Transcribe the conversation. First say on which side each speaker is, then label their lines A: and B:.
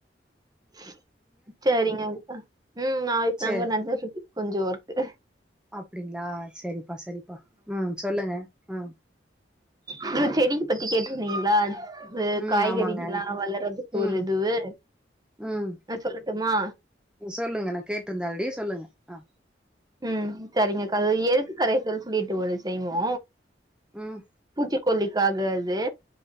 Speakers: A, on the right (about 20°); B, in the centre.
A: <inaudible> சரிங்க அக்கா ம் நாளைக்கித்தாங்க
B: சேரி
A: நல்ல இருக்கு கொஞ்ச ஒர்க்கு
B: அப்டிங்களா செரிப்பா செரிப்பா ம் சொல்லுங்க ம்
A: இல்ல செடிக்கு பத்தி கேட்ருந்தீங்களா இது
B: ம்
A: காய்கறி
B: ஆமாங்க
A: எல்லா வளறதுக்கு
B: ம்
A: ஒரு இதுவு
B: ம்
A: அ சொல்லட்டுமா
B: சொல்லுங்க நா கேட்டுருந்தே ஆல்ரெடி சொல்லுங்க ஆ
A: ம் சரிங்கக்கா அது எருத்து கரைசல் சொல்லிட்டு ஒரு செய்வோ
B: ம்
A: பூச்சிக்கொல்லிக்காக இது